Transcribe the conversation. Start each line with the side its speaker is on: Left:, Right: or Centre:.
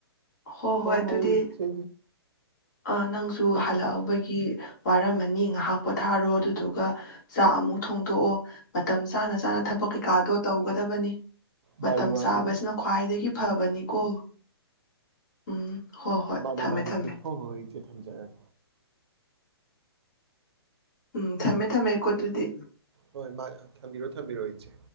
Left: ꯍꯣꯏ
Right: ꯍꯣꯍꯣꯏ
Left: ꯍꯣꯏ ꯑꯗꯨꯗꯤ
Right: ꯏꯆꯦ
Left: ꯑ ꯅꯪꯁꯨ ꯍꯜꯂꯛꯑꯕꯒꯤ ꯋꯥꯔꯝꯃꯅꯤ ꯉꯥꯏꯍꯥꯛ ꯄꯣꯊꯥꯔꯣ ꯑꯗꯨꯗꯨꯒ ꯆꯥꯛ ꯑꯃꯨꯛ ꯊꯣꯡꯗꯣꯛꯑꯣ ꯃꯇꯝ ꯆꯥꯅ ꯆꯥꯅ ꯊꯕꯛ ꯀꯩꯀꯥꯗꯣ ꯇꯧꯒꯗꯕꯅꯤ
Right: ꯃꯥꯅꯤ
Left: ꯃꯇꯝ
Right: ꯃꯥꯅꯤ
Left: ꯆꯥꯕꯁꯤꯅ ꯈ꯭ꯋꯥꯏꯗꯒꯤ ꯐꯕꯅꯤꯀꯣ ꯎꯝ ꯍꯣꯏ ꯍꯣꯏ
Right: ꯃꯥꯅꯤ
Left: ꯊꯝꯃꯦ
Right: ꯃꯥꯅꯤ
Left: ꯊꯝꯃꯦ
Right: ꯏꯆꯦ ꯍꯣꯍꯣꯏ ꯏꯆꯦ ꯊꯝꯖꯔꯒꯦ
Left: ꯎꯝ ꯊꯝꯃꯦ ꯊꯝꯃꯦꯀꯣ ꯑꯗꯨꯗꯤ
Right: ꯍꯣꯏ ꯊꯝꯕꯤꯔꯣ ꯊꯝꯕꯤꯔꯣ ꯏꯆꯦ